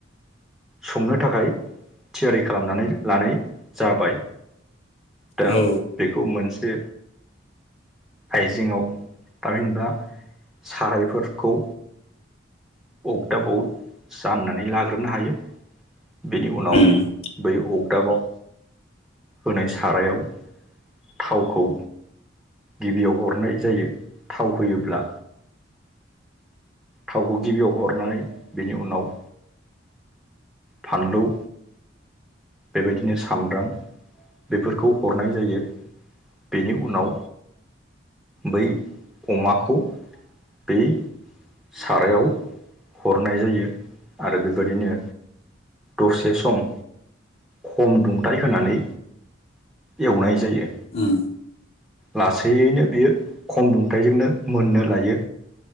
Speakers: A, in the centre; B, on the left.
A: संनो थाखाय थियारि खालामनानै लानाय जाबाय दा
B: औ
A: बेखौ मोनसे आइजेङाव थामहिनबा सारायफोरखौ अगदाबाव जाननानै लाग्रोनो हायो बेनि उनाव
B: उम
A: बै अगदाबाव होनाय सारायाव थावखौ गिबियाव हरनाय जायो थाव होयोब्ला थावखौ गिबियाव हरनानै बेनि उनाव फानलौ बेबायदिनो सामब्राम बेफोरखौ हरनाय जायो बेनि उनाव बै अमाखौ बे सारायाव हरनाय जायो आरो बेबायदिनो दसे सम खम दुंथाय होनानै एवनाय जायो
B: उम
A: लासैयैनो बियो खम दुंथायाइजोंनो मोननो लायो